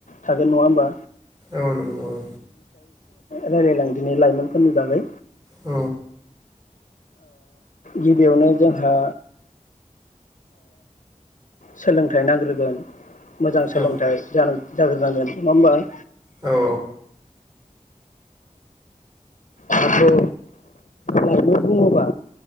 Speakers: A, on the left (about 70°); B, on the right (about 30°).
A: थागोन नङा होमबा
B: औन औ
A: रायलायलां दि लाइमोनफोरनि बागै
B: औ
A: गिबियावनो जोंहा सोलोंथाइ नांग्रोगोन मोजां सोलोंथाइ
B: औ
A: जानांग जाग्रोनांगोन नङा होमबा <inaudible> इ
B: औ नंगौ
A: आखौ लाइमोन बुङोबा